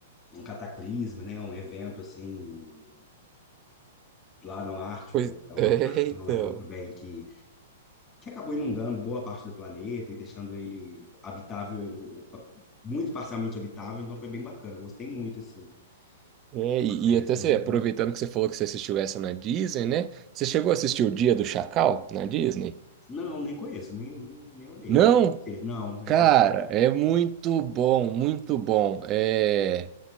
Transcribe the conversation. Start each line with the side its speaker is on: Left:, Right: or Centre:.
Left: um cataclisma, né? Um evento, assim lá no Ártico,
Right: Pois,
Left: então
Right: <laughs> é,
Left: na Antártica,
Right: então.
Left: não lembro muito bem, que, que acabou inundando boa parte do planeta e deixando ele habitável, muito parcialmente habitável, então foi bem bacana, gostei muito, assim.
Right: É,
Left: É uma
Right: e,
Left: série
Right: e até
Left: que
Right: você,
Left: eu recomendo.
Right: aproveitando que você falou que você assistiu essa na Disney, né? Você chegou a assistir O Dia do Chacal na Disney?
Left: Não, nem conheço, nem, nem, nem olhei.
Right: Não?
Left: É sobre o quê? Não, é
Right: Cara,
Left: sobre o quê?
Right: é muito bom, muito bom. É.